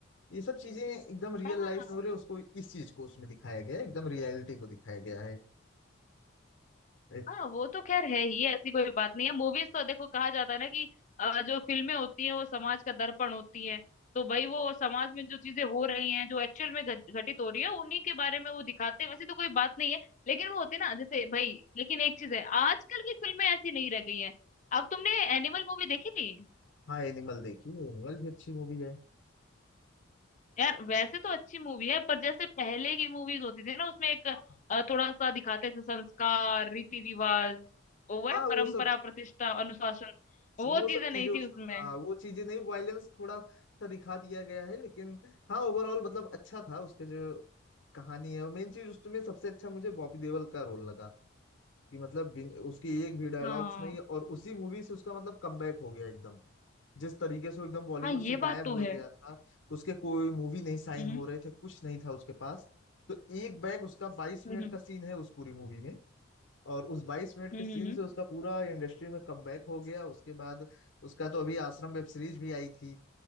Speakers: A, on the left; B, on the left.
A: ये सब चीजें एकदम रियल
B: हाँ हाँ
A: लाइफ में हो रहे उसको इस चीज को उसमें दिखाया गया है एकदम रियलिटी को दिखाया गया है एक-
B: हाँ वो तो खैर है ही ऐसी कोई बात नहीं है मूवीज तो देखो कहा जाता है ना कि अ, जो फिल्में होती हैं वो समाज का दर्पण होती हैं तो भाई वो समाज में जो चीजें हो रही हैं जो एक्चुअल में घट, घटित हो रही है उन्हीं के बारे में वो दिखाते हैं वैसे तो कोई बात नहीं है लेकिन वो होती है ना जैसे भाई लेकिन एक चीज है आजकल की फिल्में ऐसी नहीं रह गई हैं अब तुमने एनिमल मूवी देखी थी
A: हाँ एनिमल देखिए एनिमल भी अच्छी मूवी है
B: यार वैसे तो अच्छी मूवी है पर जैसे पहले की मूवीज होती थी ना उसमें एक
A: हाँ
B: अ, थोड़ा सा दिखाते थे संस्कार रीति रिवाज वो है
A: हाँ,
B: परंपरा
A: वो सब
B: प्रतिष्ठा अनुशासन वो
A: वो सब
B: चीजें
A: चीजें
B: नहीं थी
A: उसमें
B: उसमें
A: हाँ वो चीजें नहीं वायलेंस थोड़ा सा दिखा दिया गया है लेकिन हाँ ओवरऑल मतलब अच्छा था उसके जो कहानी है मेन चीज उसमें सबसे अच्छा मुझे बॉबी देओल का रोल लगा कि मतलब बिन, उसकी एक भी डायलॉग्स
B: हाँ
A: नहीं और उसी मूवी से उसका मतलब कमबैक हो गया एकदम जिस तरीके से वो एकदम बॉलीवुड
B: हाँ ये
A: से गायब
B: बात तो
A: हो
B: है
A: गया था उसके कोई मूवी नहीं साइन
B: हम्म
A: हो रहे थे कुछ नहीं था उसके पास तो एक बैग उसका बाईस
B: हम्म
A: मिनट
B: हम्म
A: का सीन है उस पूरी मूवी में और उस बाईस मिनट
B: हम्म
A: के सीन
B: हम्म
A: से उसका पूरा इंडस्ट्री में कमबैक हो गया उसके बाद उसका तो अभी आश्रम वेब सीरीज भी आई थी